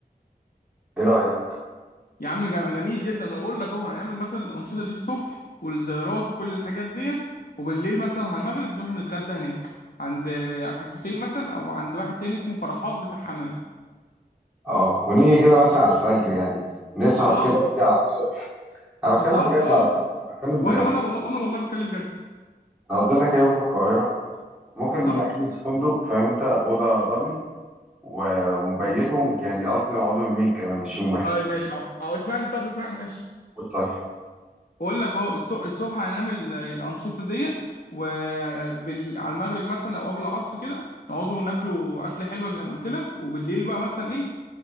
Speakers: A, in the centre; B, on the left (about 60°).
A: ايه رايك
B: يا عم جم- جميل جدا ما بقول لك اهو هنعمل مثلا الانشطه دي الصبح والزيارات وكل الحاجات ديت وبالليل مثلا على المغرب نروح نتغدى هناك عند في الحسين مثلا او عند واحد تاني اسمه فرحات بتاع حمام
A: اه ونيجي كده مثلا على الفجر يعني نسهر
B: اه
A: كده ونيجي على الصبح انا
B: بالظبط
A: بتكلم بجد
B: اه
A: على فكره بتكلم
B: وانا
A: بجد
B: وانا والله وانا والله بتكلم بجد
A: نقضي لنا كده يوم في القاهره ممكن
B: بالظبط
A: نحجز فندق فاهم انت اوضه دبل و- ونبيته يعني قصدي نقعدوا يومين كمان مش يوم واحد
B: طيب ماشي اه اه اسمعني طب اسمعني ماشي
A: قول طيب
B: بقول لك اهو الص- الصبح هنعمل الانشطه ديت وعلى المغرب مثلا او قبل العصر كده نقعدوا ناكلوا اكله حلوه زي ما قلت لك وبالليل بقى مثلا ايه